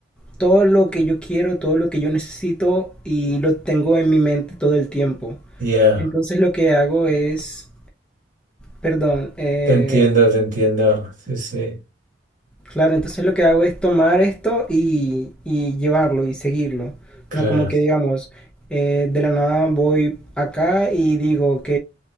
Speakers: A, in the centre; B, on the right.
A: todo lo que yo quiero, todo lo que yo necesito y lo tengo en mi mente todo el tiempo.
B: Ya.
A: Entonces lo que hago es, perdón, eh,
B: Te entiendo, te entiendo. Sí, sí,
A: claro, entonces lo que hago es tomar esto y, y llevarlo y seguirlo.
B: claro.
A: No como que digamos, eh, de la nada voy acá y digo, ok,